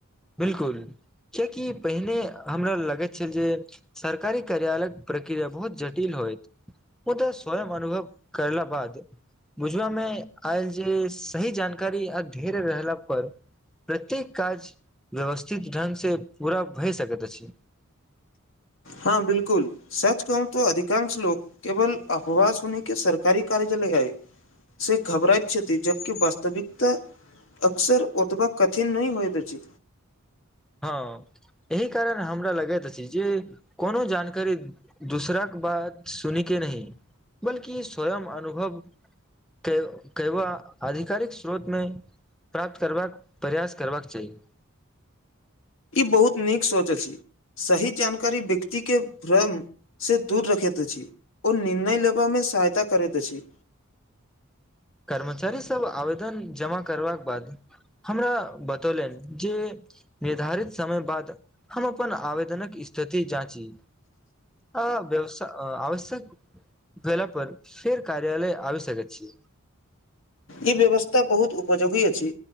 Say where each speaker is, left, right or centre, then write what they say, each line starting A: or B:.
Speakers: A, in the centre; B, on the left.
A: बिलकुल कियेकि पहिने हमरा लगैत छल जे सरकारी कार्यालयक प्रक्रिया बहुत जटिल होयत ओ त स्वयं अनुभव करला बाद बुझला में आयल जे सही जानकारी आ धेर्य रहला पर प्रत्येक काज व्यवस्थित ढगसँ पूरा भए सकैत अछि
B: हँ बिल्कुल सच कहू त अधिकांश लोक केवल अफवाह सुनी के सरकारी कार्यालय आएहे से घबराइ छति जबकि वास्तविकता अक्सर ओतबा कठिन नहि होइत अच्छी
A: हँ एहि कारण हमरा लगैत अछि जे कोनो जानकारी दूसरा क बात सुनी के नही बल्कि स्वयं अनुभव के केयवा आधिकारिक स्रोत में प्राप्त करबाक प्रयास करबाक चाही
B: ई बहुत नीक सोच अछि सही जानकारी व्यक्ति के भ्रम से दूर रखैत अछि ओ निर्णय लेबय मे सहायता करैत अछि
A: कर्मचारी सब आवेदन जमा करबाक बाद हमरा बतौलनि जे निर्धारित समय बाद हम अपन आवेदनक स्थिति जाँची आ व्यवस आ आवश्यक भेला पर फेर कार्यालय आबी सकैत छि
B: ई व्यवस्था बहुत उपजयोगी अछि